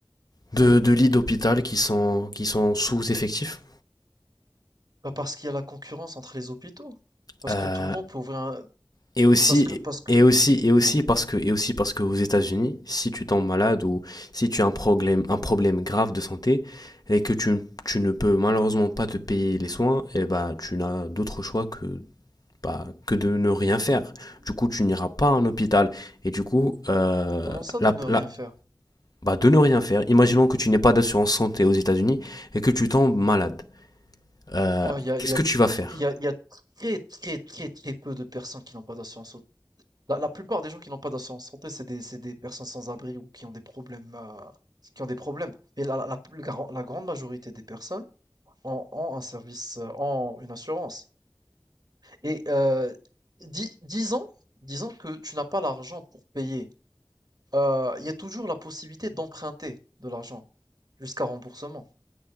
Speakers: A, on the left; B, on the right.
A: de, de lits d'hôpital qui sont, qui sont sous-effectifs?
B: Pas parce qu'il y a la concurrence entre les hôpitaux. Parce
A: Euh,
B: que tout le monde peut ouvrir un...
A: Et aussi,
B: Parce que, parce que,
A: et aussi, et aussi
B: dis-moi,
A: parce que, et aussi parce que aux États-Unis, si tu tombes malade ou si tu as un problème, un problème grave de santé et que tu, tu ne peux malheureusement pas te payer les soins, et bah, tu n'as d'autre choix que, bah, que de ne rien faire. Du coup, tu n'iras pas
B: que,
A: à un hôpital. Et du coup, euh,
B: comment ça
A: la,
B: de ne rien
A: la,
B: faire?
A: bah, de ne rien faire. Imaginons que tu n'aies pas d'assurance santé aux États-Unis et que tu tombes malade. Euh,
B: Oh, il y a,
A: qu'est-ce
B: il y
A: que
B: a,
A: tu vas faire?
B: il y a, il y a très, très, très, très peu de personnes qui n'ont pas d'assurance santé. La, la plupart des gens qui n'ont pas d'assurance santé, c'est des, c'est des personnes sans abri ou qui ont des problèmes, euh, qui ont des problèmes. Mais la, la, la plus gran- la grande majorité des personnes ont, ont un service, euh, ont une assurance. Et euh, dis- disons, disons que tu n'as pas l'argent pour payer. Euh, Il y a toujours la possibilité d'emprunter de l'argent jusqu'à remboursement.